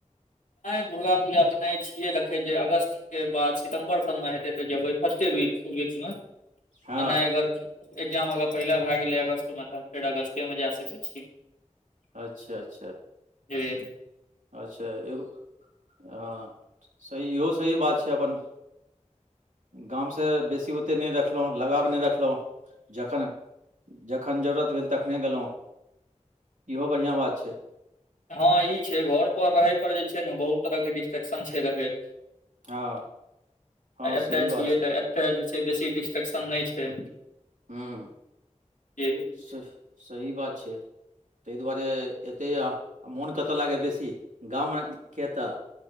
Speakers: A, on the left; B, on the right.
A: नहि दुर्गा पूजा तऽ नहि छियै देखैत जे अगस्त के बाद सितम्बर सबमे हेतै तऽ जेबै फर्स्टे वि- वीक मे आ
B: हँ
A: नहि अगर एग्जाम अगर पहिल भए गेलै अगस्तमे तऽ फेर अगस्तेमे जा सकै छी
B: अच्छा अच्छा
A: जी
B: अच्छा एगो हँ सही इहो सही बात छै अपन गामसँ बेसी ओते नहि रखलहुँ लगाव नहि रखलहुँ जखन जखन जरूरत भेल तखने गेलहुँ इहो बढ़िआँ बात छै
A: हँ ई छै घर पर रहै पर जे छै ने बहुत तरहके डिस्ट्रेक्शन छै रहैत
B: हँ हँ
A: आ
B: सही
A: एतय
B: बात
A: छियै
B: छै
A: तऽ ए तऽ जे छै बेसी डिस्ट्रेक्शन नहि छै
B: ह्म
A: जे
B: स-सही बात छै ताहि दुआरे एतै आ मोन कतऽ लागैया बेसी गामके की एतऽ